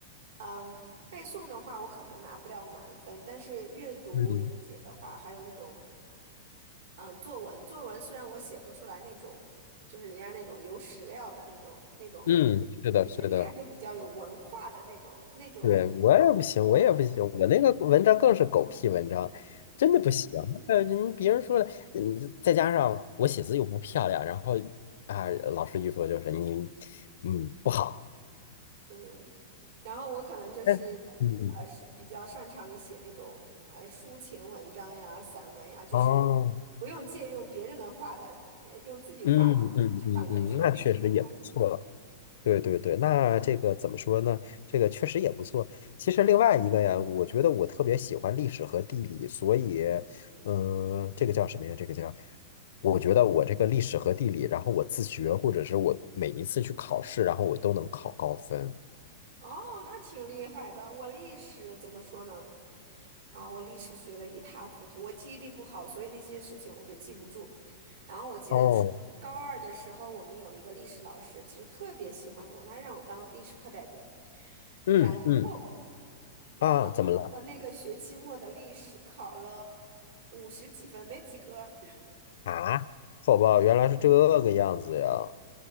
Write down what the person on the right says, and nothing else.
嗯背诵的话，我可能拿不了满分，但是阅读理解的话，
还有那种嗯、呃作文，作文虽然我写不出来那种，就是人家那种有史料的那种那种，
比较一看就比较有文化的那种那种
呃作文，
嗯，然后我可能就是呃是比较擅长于写那种呃抒情文章呀、
散文呀，就是
不用借用别人的话的，呃用自己画的，
这反正就是另一种风格吧。
哦，那挺厉害的。我历史怎么说呢？啊，我历史学的一塌糊涂，我记忆力不好，所以那些事情我就记不住。然后我记得初高二的时候，
我们有一个历史老师，其实特别喜欢我，他让我当历史课代表。
然后，然后我那个学期末的历史考了
五十几分，没及格儿